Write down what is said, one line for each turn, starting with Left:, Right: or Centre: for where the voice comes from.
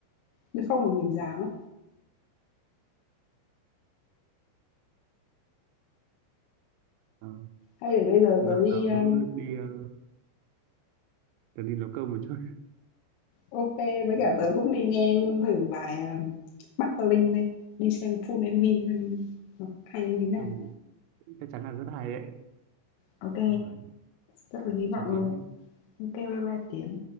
Left: Nếu không thì mình già mất.
Right: Ờ,
Left: Hay để bây giờ
Right: giờ
Left: tớ đi à,
Right: tớ đi ờ, tớ đi nấu cơm một chút.
Left: ok với cả tớ cũng đi nghe luôn thử bài à, Bắc và Linh đây, đi xem full MV xem nó hay như thế nào.
Right: Ừ, chắc chắn là rất hay đấy.
Left: Ok,
Right: Rồi,
Left: rất là hy vọng
Right: chào cậu
Left: luôn.
Right: nhé.
Left: Ok, bye bye Tiến.